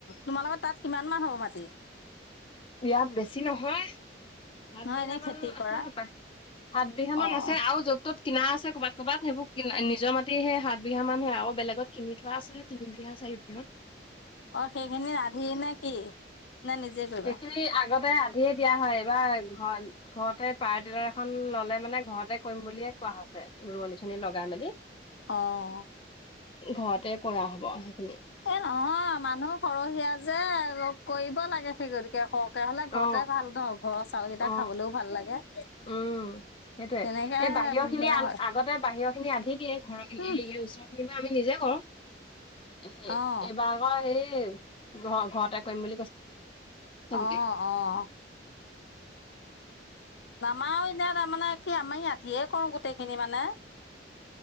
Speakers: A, on the left; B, on the left.
A: তোমালোকৰ তাত কিমান মান হ'ব মাটি।
B: ইয়াত বেছি নহয় সাত
A: নহয়
B: বিঘা
A: এনেই
B: মান
A: খেতি
B: আছে
A: কৰা
B: হপায়, সাত বিঘা মান
A: অ'
B: আছে, আৰু য'ত ত'ত কিনা আছে। ক'ৰবাত ক'ৰবাত সেইবোৰ ক নিজৰ মাটি সেই সাত বিঘা মান হে আৰু বেলেগত কিনি থোৱা আছে তিন বিঘা চাৰি বিঘা মান।
A: অ', সেইখিনি আধি নে কি? নে নিজে কৰিবা
B: সেইখিনি আগতে আধিয়ে দিয়া হয় এইবাৰ ঘ ঘৰতে পাৱাৰটিলাৰ এখন ল'লে মানে ঘৰতে কৰিম বুলিয়ে কোৱা হৈছে ৰোৱনী চোৱনি লগাই মেলি।
A: অ'।
B: ঘৰতে কৰা হ'ব সেইখিনি।
A: এই নহয় মানুহ সৰহীয়া যে কৰিব লাগে সেই গতিকে হওক। তেনেহ'লে ঘৰতে
B: অ
A: ভাল নহ ঘৰৰ চাউলকেইটা
B: অ
A: খাবলৈও ভাল লাগে।
B: উম। সেইটোৱে
A: তেনেকে
B: এই বাহিৰৰ খিনি
A: বেয়া
B: আ
A: হয়
B: আগতে বাহিৰ খিনি আধি দিয়ে ঘৰখিনি
A: উম
B: এই ওচৰ খিনি বা আমি নিজ। কৰোঁ
A: অ'
B: এইবাৰ আকৌ হেই ঘ ঘৰতে কৰিম বুলি কৈছে। গোটেই
A: অ অ। নামাও এনেই তাৰমানে কি আমি আধিয়ে কৰো গোটেই খিনি মানে